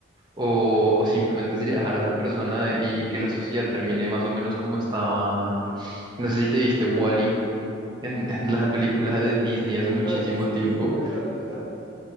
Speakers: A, on the right; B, on the left.
A: O, o simplemente sería dejar a la persona y que la sociedad termine más o menos como estaba. No sé si te viste wall en, en la película de Disney hace muchísimo
B: Claro, sí,
A: tiempo.
B: sí, sí, tal cual, ajá.